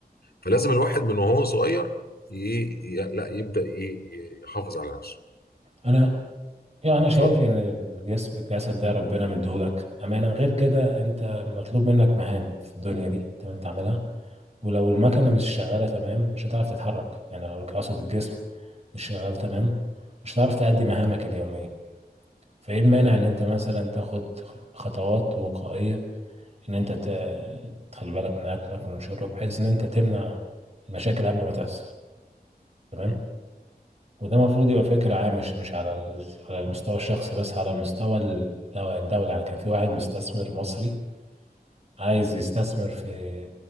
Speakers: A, on the left (about 70°); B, on the right (about 40°).
A: فلازم الواحد من وهو صغير ي... ي... لا يبدا ي... ي- يحافظ على نفسه
B: أنا يعني أنا شايف
A: اتفضل
B: إن الجس- الجسد ده ربنا مديهولك أمانة غير كده أنت مطلوب منك مهام في الدنيا دي تمام تعملها ولو المكنة مش شغالة تمام مش هتعرف تتحرك يعني لو أقصد الجسم مش شغال تمام مش هتعرف تأدي مهامك اليومية فايه المانع ان انت مثلا تاخد خطوات وقائية ان انت ت- تخلي بالك من اكلك ومن شربك بحيث ان انت تمنع المشاكل قبل ما تحصل تمام
A: مم.
B: وده المفروض يبقى فكرة عامة مش مش على ال- على المستوى الشخصي بس على المستوى الدو- الدولي يعني كان في واحد مستثمر مصري عايز يستثمر في